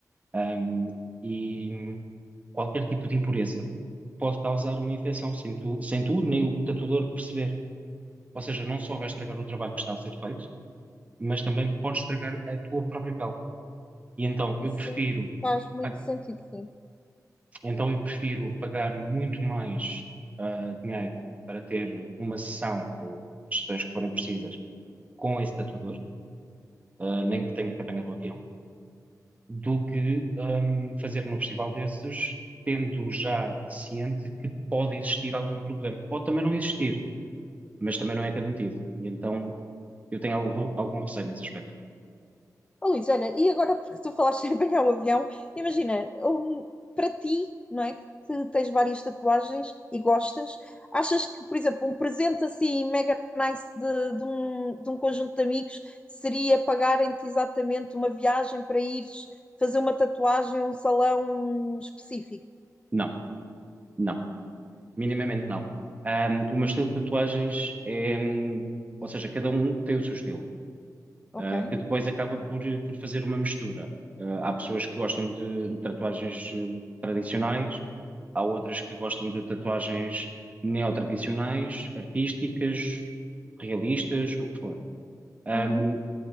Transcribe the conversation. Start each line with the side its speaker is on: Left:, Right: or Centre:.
Right: ahm, e qualquer tipo de impureza pode causar uma infecção sem tu, sem tu nem o tatuador perceber. Ou seja, não só vais estragar o trabalho que está a ser feito, mas também podes estragar a tua própria pele. E então
Left: Isso
Right: eu prefiro,
Left: faz muito
Right: ah,
Left: sentido, sim.
Right: então eu prefiro pagar muito mais ah, dinheiro para ter uma sessão ou sessões que forem precisas com esse tatuador, ah, nem que tenha que apanhar o avião, do que ahm, fazer num festival desses, tendo já ciente que pode existir algum problema. Pode também não existir, mas também não é garantido. E então eu tenho algum, algum receio nesse aspecto.
Left: Oh, Luís, olha, e agora porque tu falaste <laughs> em apanhar o avião, imagina, um, para ti, não é? Que tens várias tatuagens e gostas, achas que, por exemplo, um presente assim mega nice de, de um, de um conjunto de amigos seria pagarem-te exatamente uma viagem para ires fazer uma tatuagem a um salão específico?
Right: Não, não. Minimamente não. Ahm, o meu estilo de tatuagens é, hum, ou seja, cada um tem o seu estilo,
Left: Ok.
Right: ah, que depois acaba por, por fazer uma mistura. Ah, há pessoas que gostam de tatuagens eh, tradicionais, há outras que gostam de tatuagens neotradicionais, artísticas, realistas, o que for. Ahm,
Left: Uhum.